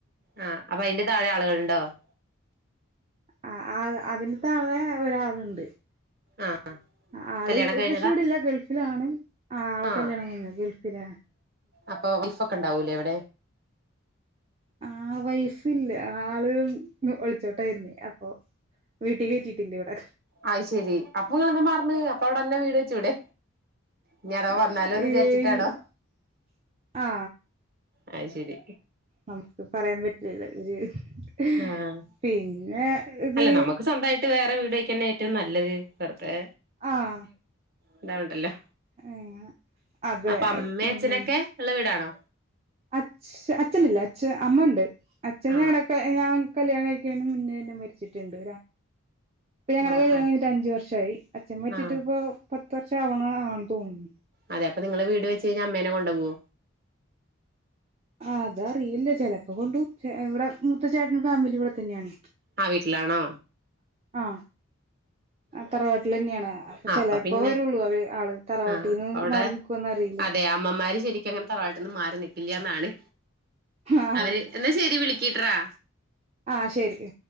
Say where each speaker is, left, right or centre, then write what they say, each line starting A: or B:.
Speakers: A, on the right; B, on the right.
A: ആഹ് അപ്പൊ അയിന്റെ താഴെ ആളുകളുണ്ടോ <inaudible>
B: ആ ആ അതിന് താഴെ ഒരാള്ണ്ട്
A: ആഹ്
B: ഹ് ആള്പപക്ഷെ
A: കല്യാണം കഴിഞ്ഞതാ
B: ഇവിടെല്ല ഗൾഫിലാണ് ആളെ
A: ആഹ്
B: കല്യാണം കഴിഞ്ഞാ ഗൾഫ് പിനാ
A: അപ്പൊ വൈഫോക്കെ ഉണ്ടാവൂലേവിടെ
B: ആ വൈഫില്ല ആള് ഒളിച്ചോട്ടായിരുന്നേ അപ്പൊ വീട്ടിൽ കറ്റിട്ടില്ല ഇവിടെ
A: ആ് ശെരി അപ്പൊ നിങ്ങെന്താ മ <unintelligible> അപ്പൊ അവിടെന്നെ വീട് വെച്ചൂടെ
B: <unintelligible>
A: ഇനി അഥവാ വന്നാലോന്ന് വിചാരിച്ചിട്ടാണോ
B: ആ
A: അത് ശരി
B: നമുക്ക് പറയാൻ പറ്റില്ല <inaudible>
A: ആഹ്
B: പിന്നെ ഇത്
A: അല്ല നമുക്ക് സ്വന്തമായിട്ട് വേറെ വീട് വെക്കന്നെ ഏറ്റവും നല്ലത് വെറുതെ
B: ആഹ്
A: ഇന്താവണ്ടല്ലോ
B: അങ്ങനെ അതെ
A: അപ്പൊ അമ്മേ
B: ഉം
A: അച്ഛനൊക്കെ ഉള്ള വീടാണോ
B: അഛ അച്ഛനില്ല അച്ഛ അമ്മ ഉണ്ട്. അച്ഛ
A: ആഹ്
B: ഞങ്ങടൊക്കെ ഞാൻ കല്യാണം കഴിക്കണേന് മുന്നേ തന്നെ മരിച്ചിട്ടിണ്ട്. ഇപ്പൊ ഞങ്ങടെ
A: ആഹ്
B: കല്യാണം
A: ആഹ്
B: കഴിഞ്ഞിട്ട് അഞ്ചു വർഷായി അച്ഛൻ മരിച്ചിട്ട്
A: ആഹ്
B: ഇപ്പൊ പ ഷാവണാണെന്ന് തോന്നു.
A: അതെ അപ്പൊ നിങ്ങള് വീട് വെച്ച് കഴിഞ്ഞാ അമ്മേനെ കൊണ്ടോവോ
B: ആ അതറിയില്ല ചെലപ്പോ കൊണ്ടും. ഇവിടെ മുത്ത ചേട്ടന്റെ ഫാമിലി ഇവിടെ തന്നെയാണ്
A: ആഹ് വീട്ടിലാണോ
B: അ ആഹ് തറവാട്ടിൽ തന്നെയാണ് അപ്പൊ
A: ആഹ്
B: ചിലപ്പോ
A: പിന്നെ
B: വരുള്ളൂ അവര് ആള്. തറവാട്ടീന്ന്
A: ആഹ് അവിടെ
B: മാറി നിക്കുവോന്ന് അറിയില്ല
A: അതെ അമ്മമാര് ശരിക്ക അങ്ങനെ തറവാട്ടീന്ന് മാറി നിൽക്കി ല്ല്യാന്നാണ്
B: ആഹ്
A: അവര് എന്നാ ശരി വിളിക്കിട്ട്രാ.
B: ആഹ് ശരി